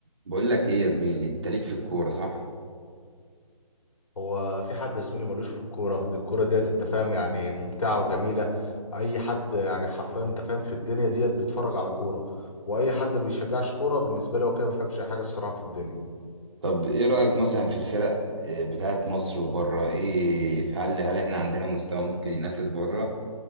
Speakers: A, on the right (about 50°); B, on the left (about 70°).
A: بقول لك ايه يا زميلي انت ليك في الكوره صح
B: هو في حد يا زميلي ملوش في الكورة دي الكورة ديت انت فاهم يعني ممتعة وجميلة اي حد يعني حرفيا انت فاهم في الدنيا ديت بيتفرج على كورة واي حد ما بيشجعش كورة بالنسبة لي هو كده ما بيفهمش اي حاجة الصراحة في الدنيا
A: طب ايه رايك مثلا في الفرق آه، بتاعه مصر وبره ايه هل هل احنا عندنا مستوى ممكن ينافس بره